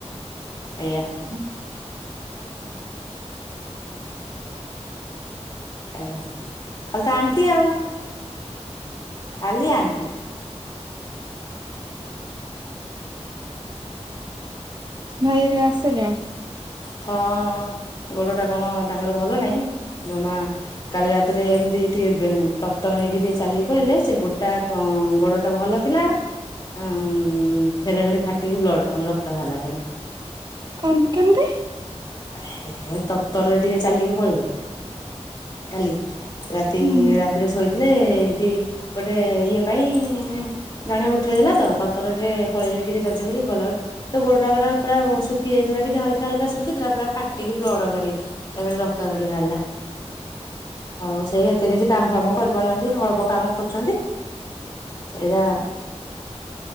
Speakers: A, on the left; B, on the right.
A: ଏଇଆ।
B: <inaudible>
A: ଏ ଖାଲି ତ ଆଣ୍ଟି ଆଉ ଖାଲି ଆଣ୍ଟି।
B: ଭାଇହେରିକା ଆସିଲେଣି?
A: ହଁ ଗୋଡ଼ଟା କଣ ତାଙ୍କର ଭଲ ନାହିଁ। ଜମା କାଲି ରାତିରେ ଏମିତି ଟିକେ ତତର ହେଇକି ଟିକେ ଚାଲିକି ପଳେଇଲେ ସେ ଗୋଟା ଗୋଡ ସେଟା ଭଲ ଥିଲା ଉଁ ଫେରେ ଫେରି ଫାଟିକି ବ୍ଲଡ଼ ରକ୍ତ ବାହାରିଲା ଫେରେ।
B: କେମିତି କେମିତି?
A: ହେ ତରତ୍ତରରେ ଟିକେ ଚାଲିକି ପଳେଇଲେ କାଲି। ରାତି
B: ହୁଁ
A: ରାତିରେ ଶୋଇଥିଲେ ଏମତି ଗୋଟେ ଇଏ ପାଇଁ। ଜଣେ ଉଠେଇ ଦେଲାତ ତତର ହେଇକି ପଳେଇଲେ ଟିକେ ଚାଲି ଚାଲିକି ଗଲାବେଳକୁ ସେ ଗୋଡଗୁରାକ ପୁରା ଶୁଖି ଯାଇଥିଲା ଟିକେ ହାଲ ହାଲକା ହାଲକା ଶୁଖିଥିଲା ପୁରା ଫାଟିକି ବ୍ଲଡକାଢି ରକ୍ତ ଖାଲି ବାହାରିଲା। ଆଉ ସେଇ ଏତେ କିଛି କାମ ଫାମ କରିପାରୁନାହାନ୍ତି ଅଳପ କାମ କରୁଚନ୍ତି। ସେଇଆ।